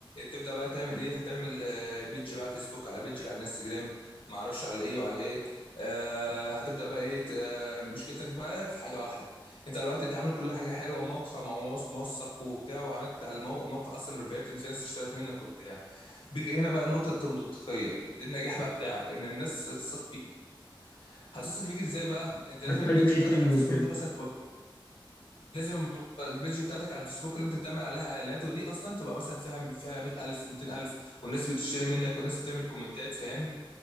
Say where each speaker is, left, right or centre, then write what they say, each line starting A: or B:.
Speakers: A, on the left; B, on the left.
A: تبدا بقى تعمل ايه هتعمل آه، بيدج بقى فيسبوك على بيدج على انستجرام ما اعرفش على ايه وعلى ايه آه هتبدا بقى ايه ت- آه، مشكلتك بقى في حاجه واحده انت دلوقتي انت عامل كل حاجه حلوه وموقع مو- موثق وبتاع وعملت على المو- الموقع اصلا ريفيوهات ان في ناس اشترت منك وبتاع بيجي هنا بقى نقطة المنطقية دي النجاح بقى بتاعك ان الناس تثق فيك هتثق فيك ازاي بقى انت لازم
B: محتاج
A: البيج
B: ريتنج
A: بتاعتك على الفيسبوك
B: وكده
A: دي مثلا تبقى لازم البيج بتاعتك على الفيسبوك اللي انت بتعمل عليها اعلانات ودي اصلا تبقى مثلا فيها فيها 100000 200000 والناس بتشتري منك والناس بتعمل كومنتات فاهم